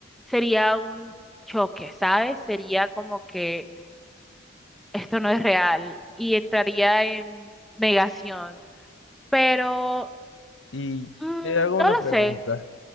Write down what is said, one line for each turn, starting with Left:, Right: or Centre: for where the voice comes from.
Centre: sería un choque, ¿sabes? Sería como que esto no es real y entraría en negación. Pero...
Left: Y
Centre: Mm,
Left: te hago una
Centre: no lo
Left: pregunta.
Centre: sé.